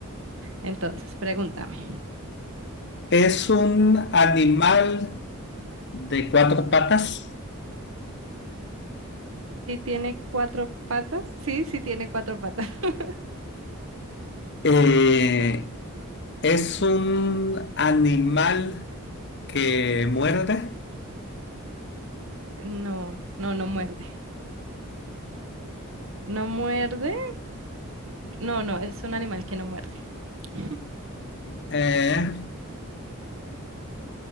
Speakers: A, on the right (about 60°); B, on the left (about 50°).
A: Entonces, pregúntame.
B: Es un animal de cuatro patas.
A: ¿Sí tiene cuatro patas? Sí, sí tiene cuatro patas. <laughs>
B: Eh, es un animal que muerde.
A: No, no, no muerde. No muerde No, no, es un animal que no muerde. <laughs>
B: Eh,